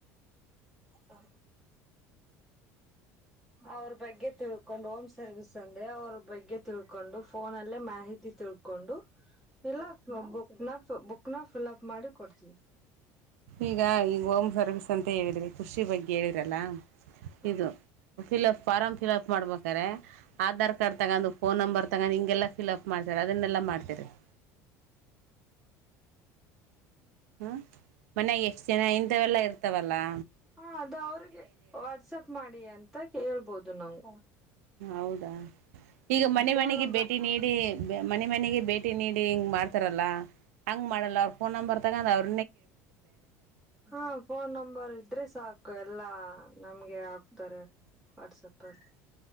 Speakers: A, in the centre; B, on the right.
A: ಹ ಅವ್ರ ಬಗ್ಗೆ ತಿಳ್ಕೊಂಡು ಹೋಮ್ ಸರ್ವಿಸ್ ಅಂದೆ ಅವ್ರ ಬಗ್ಗೆ ತಿ ತಿಳ್ಕೊಂಡು ಫೋನ ಅಲ್ಲೇ ಮಾಹಿತಿ ತಿಳ್ಕೊಂಡು ಇಲ್ಲ ಬುಕ್ ನ ಬುಕ್ ನ ಫಿಲ್ಅಪ್ ಮಾಡಿ ಕೊಡ್ತೀನಿ
B: ಈಗ ಈಗ ಹೋಮ್ ಸರ್ವಿಸ್ ಅಂತ ಹೇಳಿದ್ರಿ ಖೃಷಿ ಬಗ್ಗೆ ಹೇಳಿರಲ್ಲ
A: ಹ
B: ಇದು ಫಿಲ್ಅಪ್ ಫಾರ್ಮ್ ಫಿಲ್ಅಪ್ ಮಾಡ್ಬೇಕು ಆಧಾರ್ ಕಾರ್ಡ್ ತಗೊಂಡು ಫೋನ್ ನಂಬರ್ ತಗೊಂಡ್ ಹಿಂಗೆಲ್ಲಾ ಫಲ್ ಅಪ್ ಮಾಡ್ತಾರೆ ಅದನ್ನೆಲ್ಲ ಮಾಡ್ತರಿ <unintelligible> ಹ್ಮ ಮನ್ಯಾಗ ಎಷ್ಟ್ ಜನ ಇಂದವೆಲ್ಲ ಇರ್ತವಲ್ಲಾ
A: ಹಾ ಅದು ಅವ್ರಿಗೆ ವಾಟ್ಸಪ್ ಮಾಡಿ ಅಂತ ಕೇಳ್ಬೋದು ನಾವು
B: ಹೌದಾ ಈಗ ಮನೆ
A: ಫೋನ್
B: ಮನೆಗೆ
A: ನಂಬರ್
B: ಭೇಟಿ ನೀಡಿ ಮನೆ ಮನೆಗೆ ಭೇಟಿ ನೀಡಿ ಹಿಂಗ್ ಮಾಡ್ತಾರಲ್ಲ ಹಂಗ ಮಾಡಲ್ಲ ಅವ್ರ ಫೋನ್ ನಂಬರ್ ತಗೊಂಡ್ ಅವರು
A: ಹಾ ಫೋನ್ ನಂಬರ್ ಅಡ್ರೆಸ್ ಹಾಕ್ ಎಲ್ಲಾ ನಮ್ಗೆ ಹಾಕ್ತಾರೆ ವಾಟ್ಸಪ ಅಲ್ಲಿ